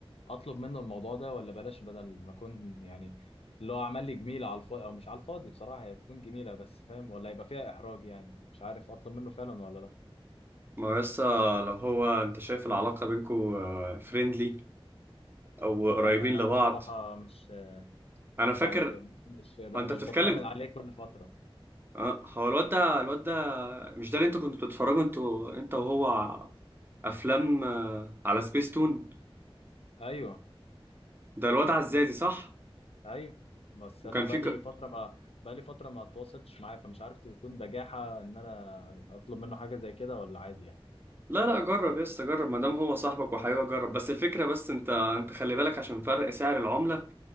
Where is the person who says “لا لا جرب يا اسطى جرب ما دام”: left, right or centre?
Right